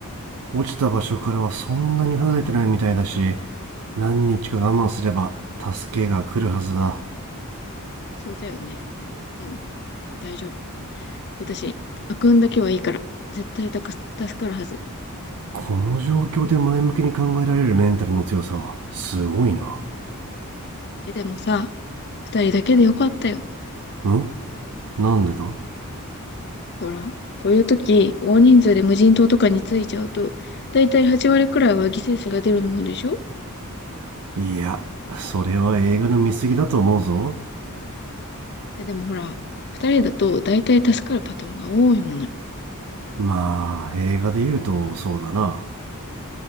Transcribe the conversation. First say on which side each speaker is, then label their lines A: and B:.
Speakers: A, on the right; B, on the left.
A: 落ちた場所からはそんなに離れてないみたいだし、何日か我慢すれば助けが来るはずだ。
B: そうだよね。うん、大丈夫。私、悪運だけはいいから、絶対たか助かるはず。
A: この状況で前向きに考えられるメンタルの強さはすごいな。
B: え、でもさ、二人だけでよかったよ。
A: んなんでだ
B: ほら、こういう時、大人数で無人島とかに着いちゃうと、だいたい8割くらいは犠牲者が出るもんでしょ
A: いや、それは映画の見過ぎだと思うぞ。
B: え、でもほら、二人だとだいたい助かるパターンが多いものよ。
A: まあ映画で言うとそうだな